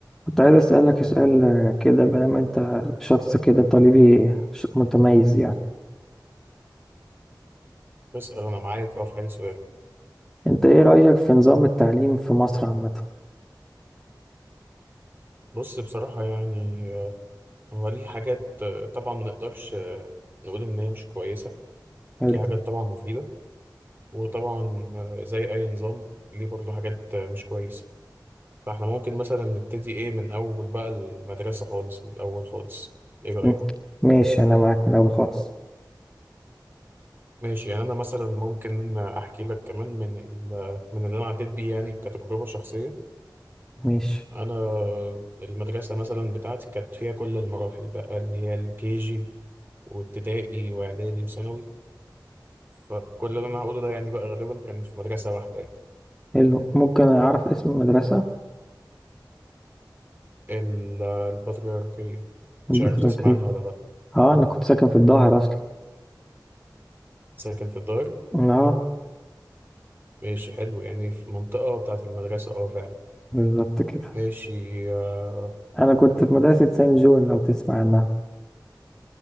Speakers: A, in the centre; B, on the right.
A: كنت عايز أسألك سؤال آه، كده بما أنت شخص كده طالبي ش- متميز يعني
B: اسأل أنا معاك أه في أي سؤال
A: أنت إيه رأيك في نظام التعليم في مصر عامة؟
B: بص بصراحة يعني آه، هو ليه حاجات آه، طبعا ما نقدرش آه، نقول إن هي مش كويسة
A: حلو
B: ليه حاجات طبعا مفيدة وطبعا آه، زي أي نظام ليه برضه حاجات آه، مش كويسة فإحنا ممكن مثلا نبتدي إيه من أول بقى المدرسة خالص من الأول خالص إيه رأيك؟
A: م- ماشي أنا معاك من الأول خالص
B: ماشي يعني أنا مثلا ممكن أحكي لك كمان من ال- من اللي أنا عديت بيه يعني كتجربة شخصية
A: ماشي
B: أنا آه، المدرسة مثلا بتاعتي كانت فيها كل المراحل بقى اللي هي الكي جي وابتدائي واعدادي وثانوي فكل اللي انا هقوله ده يعني بقى غالبا كان في مدرسة واحدة يعني
A: حلو ممكن أعرف اسم المدرسة
B: ال- البطريركية
A: البطريركية
B: مش عارف تسمع عنها ولا لا
A: أه أنا كنت ساكن في الظاهر أصلا
B: ساكن في الدار
A: أه
B: ماشي حلو يعني في منطقة بتاعة المدرسة اه فعلا
A: بالظبط كده
B: ماشي آه
A: أنا كنت في مدرسة سان جون لو تسمع عنها